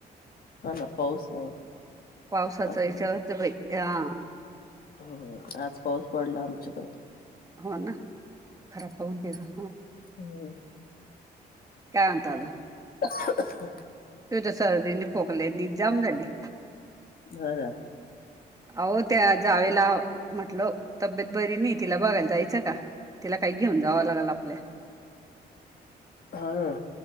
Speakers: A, on the left (about 60°); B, on the right (about 20°).
A: हा ना पाऊस ह
B: पावसाचा
A: आज
B: विचार तर बाई हा
A: हो आज पाऊस पडला आमच्याकडे.
B: हो ना खराब पाहून दे जा
A: हो.
B: काय म्हणता अजून?
A: <unintelligible>
B: तू तर सर्दी ना खोकल्याने जाम झाली.
A: हो ना.
B: अहो त्या जावेला म्हटलं तब्येत बरी नाही तिला बघायला जायचं का? तिला काही घेऊन जावं लागल आपल्या
A: हा ना